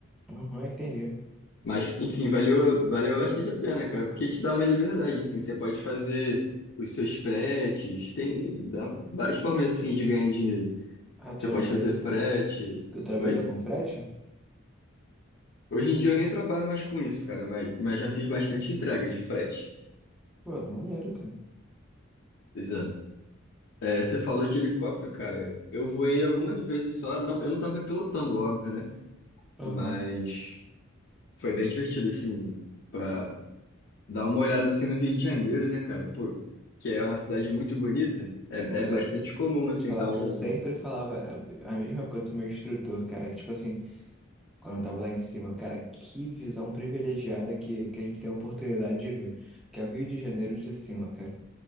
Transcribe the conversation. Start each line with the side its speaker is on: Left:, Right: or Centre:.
Centre: Aham, entendi.
Left: Mas, enfim, valeu, valeu bastante a pena, cara, porque te dá uma liberdade, assim, você pode fazer os seus fretes, tem dá várias formas, assim, de ganhar dinheiro.
Centre: Ah,
Left: Você
Centre: tu já
Left: pode
Centre: trabalhou,
Left: fazer frete,
Centre: tu trabalha
Left: oi?
Centre: com frete?
Left: Hoje em dia eu nem trabalho mais com isso, cara, mas, mas já fiz bastante entrega de frete.
Centre: Pô, maneiro, cara.
Left: Pois é. É, você falou de helicóptero, cara, eu voei algumas vezes só, não, eu não tava pilotando, óbvio, né?
Centre: Aham.
Left: Mas foi bem divertido, assim, pra Dá uma olhada assim no Rio de Janeiro, né, cara? Pô, que é uma cidade muito bonita. É, é
Centre: Pô,
Left: bastante
Centre: Eu, deixa eu
Left: comum, assim,
Centre: te falar,
Left: dar um.
Centre: eu sempre falava a, a mesma coisa pro meu instrutor, cara, que tipo assim, quando eu tava lá em cima, cara, que visão privilegiada que, que a gente tem a oportunidade de ver, que é o Rio de Janeiro de cima, cara.